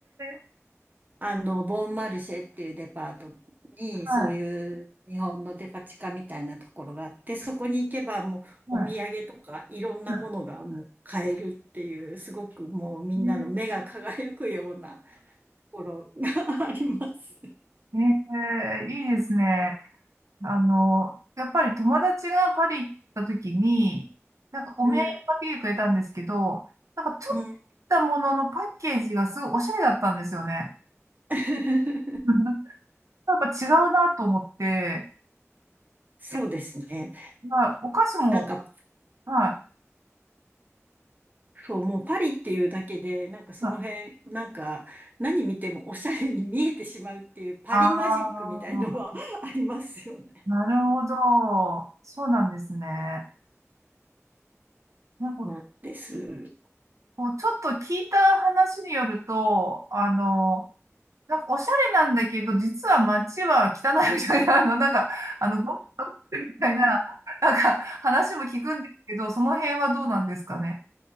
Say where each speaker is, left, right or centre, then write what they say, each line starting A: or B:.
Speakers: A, on the right; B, on the right.
A: え
B: あの、ボンマルシェっていうデパートに、
A: はい。
B: そういう日本のデパ地下みたいなところがあって、そこに行けばもうお土産とかいろんなものがもう買えるっていう、
A: はい。は
B: すごくもうみんなの目が輝くようなと
A: い。ね
B: ころが <laughs> あります。
A: <laughs> ええいいですね。あの、やっぱり友達がパリ行った時に、なんかお土産を買ってきてくれたんですけど、
B: うん、
A: なんかちょっとしたもののパッケージがすごいおしゃれだったんですよね。
B: うん。<laughs>
A: <laughs> やっぱ違うなと思って、
B: そうですね。
A: やっぱお菓子も、
B: なんか、
A: はい。
B: そう、もうパリっていうだけで、なんかその辺、
A: ま
B: なんか何見てもおしゃれに見えてしまうっていうパリマジックみたいのは
A: ああー、
B: <laughs> ありますよね。
A: なるほど。そうなんですね。なんか
B: なんです。うん <laughs>。
A: こう、ちょっと聞いた話によると、あの、なんかおしゃれなんだけど、実は街は汚いみたいな、あの、なんか、あの、ゴミが落ちてるみたいな、なんか話も聞くんですけど、その辺はどうなんですかね。